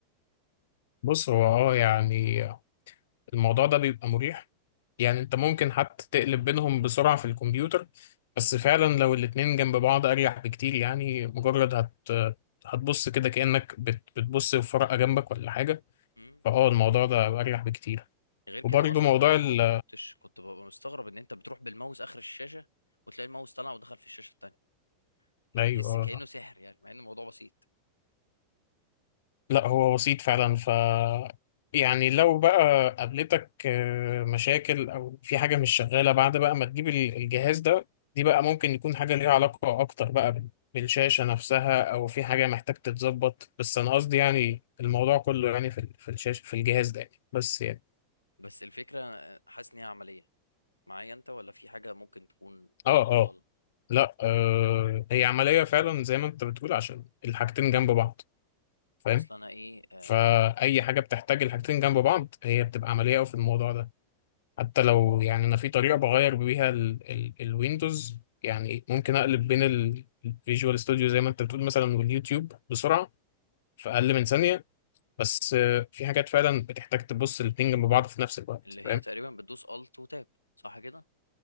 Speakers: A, on the left (about 55°); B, on the left (about 85°).
A: بص هو اه يعني الموضوع ده بيبقى مريح يعني انت ممكن حتى تقلب بينهم بسرعة في الكمبيوتر بس فعلا لو الاتنين جنب بعض اريح بكتير يعني مجرد هت هتبص كده كأنك بت... بتبص في ورقة جنبك ولا حاجة
B: مم.
A: فاه الموضوع ده اريح بكتير
B: غير كده
A: وبرضه
B: اصلا
A: موضوع
B: انا
A: ال
B: ما كنتش كنت ببقى مستغرب ان انت بتروح بالماوس اخر الشاشه وتلاقي الماوس طلع ودخل في الشاشه التانيه
A: ايوه
B: تحس كانه
A: آه.
B: سحر يعني مع ان الموضوع بسيط
A: لا هو بسيط فعلا ف يعني لو بقى قابلتك آه، مشاكل او في حاجه مش شغاله بعد بقى ما تجيب ال- الجهاز ده دي بقى
B: مم.
A: ممكن يكون حاجه ليها علاقه اكتر بقى بال- بالشاشه نفسها او في حاجه محتاج تتظبط بس انا قصدي يعني الموضوع كله يعني في ال- في الشاشه في الجهاز ده يعني بس يعني
B: بس الفكره آه، حاسس ان هي عمليه معايا انت ولا في حاجه ممكن تكون
A: اه
B: افضل
A: اه لا آه هي عمليه فعلا زي ما انت بتقول عشان الحاجتين جنب بعض فاهم
B: اصلا انا ايه آه
A: فاي حاجه بتحتاج الحاجتين جنب بعض هي بتبقى عمليه قوي في الموضوع ده حتى لو يعني انا في طريقه بغير بيها ال ال الويندوز يعني ممكن اقلب بين الفيجوال ستوديو زي ما انت بتقول مثلا واليوتيوب بسرعه في اقل من ثانيه بس آه، في حاجات فعلا بتحتاج تبص الاتنين جنب بعض في نفس الوقت
B: اللي هي
A: فاهم
B: تقريبا بتدوس الت وتاب صح كده